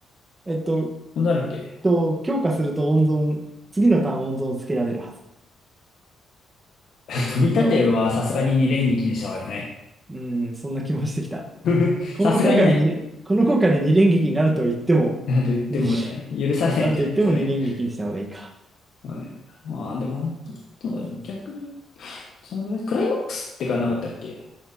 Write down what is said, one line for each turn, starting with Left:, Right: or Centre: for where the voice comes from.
Right: えっと、
Left: 温存あるっけ
Right: と、強化すると温存、次のターン温存をつけられるはず。
Left: <laughs> 飛び立てはさすがに二連撃にした方がよくない
Right: でも、うん、そんな気もしてきた。
Left: <laughs>
Right: この効果で2、
Left: さすがにない。
Right: この効果で二連撃になると言っても、
Left: なんと言ってもじゃない許されないんじゃないそれ。
Right: うんなると言っても2連撃にした方がいいか。
Left: まあね。まあ、でも、本当なんか逆に、そのぐらい、クライマックスってかなかったっけ